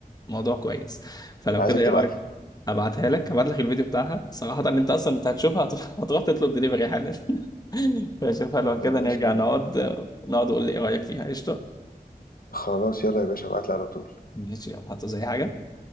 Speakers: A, on the left; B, on the left.
A: الموضوع كويس فلو
B: عايزك
A: كده ايه
B: تبعتلي
A: رأيك هبعتها لك هبعت لك الفيديو بتاعها صراحة انت اصلا انت هتشوفها هت- هتروح تطلب دليفري حالا <laughs> فشوفها لو
B: يا
A: كده
B: باشا
A: نرجع نقعد نقعد وقول لي ايه رأيك فيها قشطة
B: خلاص يلا يا باشا ابعتلي على طول
A: ماشي يلا هاتوا زي حاجة